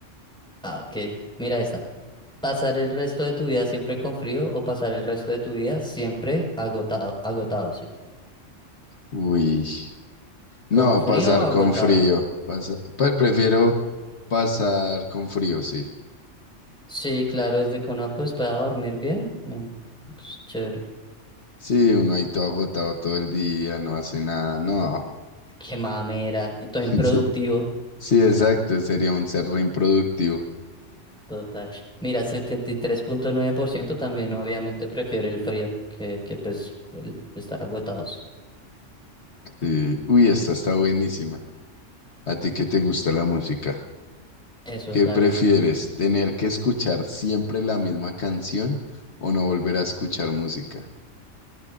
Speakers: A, in the centre; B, on the left.
A: Ah, ok. Mira esta. ¿Pasar el resto de tu vida siempre con frío o pasar el resto de tu vida siempre agotado? Agotado, sí.
B: Uy, no,
A: ¿Con frío
B: pasar
A: o agotado?
B: con frío. pasa- pre- prefiero pasar con frío, sí.
A: Sí, claro, desde que uno pues pueda dormir bien. men, pues, chévere.
B: Sí, uno ahí todo agotado todo el día, no hace nada, no.
A: Qué mamera. Y todo
B: <laughs>
A: improductivo.
B: Sí, sí, exacto, sería un ser re improductivo.
A: Total. Mira, setenta y tres punto nueve por ciento también obviamente prefiere el frío que, que pues el estar agotados.
B: Sí. Uy, esta está buenísima. ¿A ti qué te gusta la música?
A: Eso,
B: ¿Qué
A: dale.
B: prefieres? ¿Tener que escuchar siempre la misma canción o no volver a escuchar música?